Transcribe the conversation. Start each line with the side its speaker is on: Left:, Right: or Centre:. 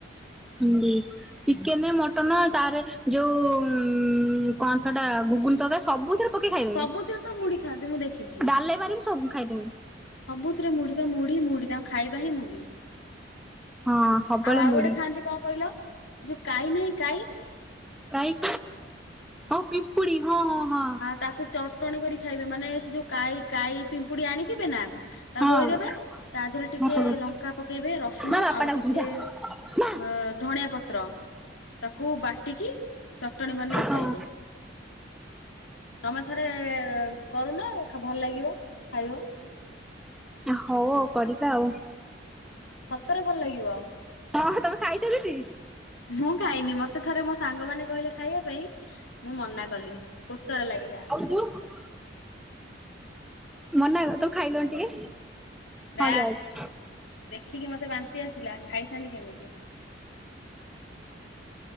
Centre: ହୁଁ। ଚିକେନ ମଟନ ତାର ଯୋଉ ଉ କଣ ସେଟା ଘୁଗୁନି ତରକାରୀ ସବୁଥିରେ। ପକେଇ ଖାଇଦେବି
Left: ସବୁଥିରେ ତ ମୁଢି ଖାଆନ୍ତି ମୁଁ ଦେଖିଛି।
Centre: ଡାଲେମାରେ ବି ସବୁ ମୁଁ ଖାଇଦେବି।
Left: ସବୁଥିରେ ମୁଢି ବା ମୁଢିି ମୁଢି ତାଙ୍କ ଖାଇବା ହିଁ ମୁଢି।
Centre: ହଁ। ସବୁବେଳେ
Left: ଆଉ ଆଉ
Centre: ମୁଢି
Left: ଗୋଟେ ଖାଆନ୍ତି କଣ କହିଲ ଯୋଉ କାଈ ନାହିଁ କାଈ।
Centre: କାଈ ହଁ ପିମ୍ପୁଡ଼ି ହଁ ହଁ ହଁ।
Left: ତାକୁ ଚଟଣି କରି ଖାଇବେ ମାନେ ସେ ଯୋଉ କାଈ କାଈ ପିମ୍ପୁଡି ଆଣିଥିବେ ନା। ତାକୁ
Centre: ହଁ
Left: ଧୋଇଦେବେ ତା ଦେହରେ ଟିକେ
Centre: ହଁ
Left: ଲଙ୍କା ପକେଇବେ ରସୁଣ
Centre: ମା ବାପା
Left: ଆଉ
Centre: ଡାକୁଛନ୍ତି
Left: ଟିକେ।
Centre: ଯା
Left: ଅ
Centre: ମା
Left: ଧଣିଆ ପତ୍ର ତାକୁ ବାଟିକି ଚଟଣୀ ବନେଇ
Centre: ହଁ।
Left: ଖାଇବେ। ତମେ ଥରେ କରୁନା ଭଲ ଲାଗିବ ଖାଇବ।
Centre: ହଉ ଆଉ କରିବା ଆଉ।
Left: ସତରେ ଭଲ ଲାଗିବ।
Centre: ହଁ ତମେ ଖାଇଛ ଦିଦି?
Left: ମୁଁ ଖାଇନି ମତେ ଥରେ ମୋ ସାଙ୍ଗ ମାନେ କହିଲେ ଖାଇବା ପାଇଁ। ମୁଁ ମନା କଲି କୋତରା ଲାଗିଲା।
Centre: <unintelligible> ମନା କଲ ତମେ ଖାଇଲନୀ ଟିକେ।
Left: ବା
Centre: ହଁ ଯାଉଛି।
Left: ଦେଖିକି ମତେ ବାନ୍ତି ଆସିଲା ଖାଇଥାନ୍ତି କେମିତି।